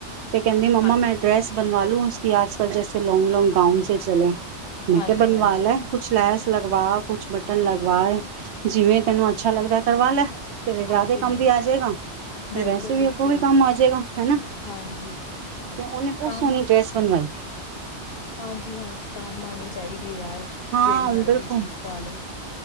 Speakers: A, on the right (about 75°); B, on the left (about 60°).
A: ਤੇ ਕਹਿੰਦੀ ਮੰਮਾ
B: ਹਾਂ
A: ਮੈਂ ਡਰੈਸ ਬਣਵਾ ਲੂ ਉਸ ਕੀ ਆਜ ਕਲ ਜੈਸੇ ਲੌਂਗ -ਲੌਂਗ ਗਾਊਂਨ ਤੇ ਚਲੇ ਮੈਂ
B: ਹਾਂਜੀ,
A: ਕਿਹਾ ਬਣਵਾ
B: ਹਾਂਜੀ,
A: ਲੈ, ਕੁਛ ਲੈਸ ਲਗਵਾ ਕੁਛ ਬਟਨ ਲਗਵਾਏ ਜਿਵੇਂ ਤੈਨੂੰ ਅੱਛਾ ਲੱਗਦਾ। ਕਰਵਾ ਲੈ ਫਿਰ ਵਿਆਹ
B: ਹਾਂਜੀ,
A: ਦੇ ਕੰਮ
B: ਹਾਂ
A: ਵੀ ਆ ਜਾਏਗਾ, ਫਿਰ
B: ਬਿਲਕੁਲ,
A: ਵੈਸੇ ਵੀ
B: ਬਿਲਕੁਲ,
A: ਅਗੋ ਵੀ ਕੰਮ ਆ ਜਾਏਗਾ, ਹਨਾ
B: ਹਾਂਜੀ,
A: ਤੇ ਉਹਨੇ ਬਹੁਤ
B: ਕੰਮ
A: ਸੋਹਣੀ ਡਰੈਸ ਬਣਵਾਈ।
B: ਹਾਂਜੀ -ਹਾਂਜੀ, ਕੰਮ ਆਉਣੀ ਚਾਹੀਦੀ। ਦੀ ਯਾਰ
A: ਹਾਂ
B: ਜਿਹੜੀ ਮਰਜ਼ੀ
A: ਬਿਲਕੁਲ
B: ਚੀਜ਼ ਪਾਾਲ ਲਓ।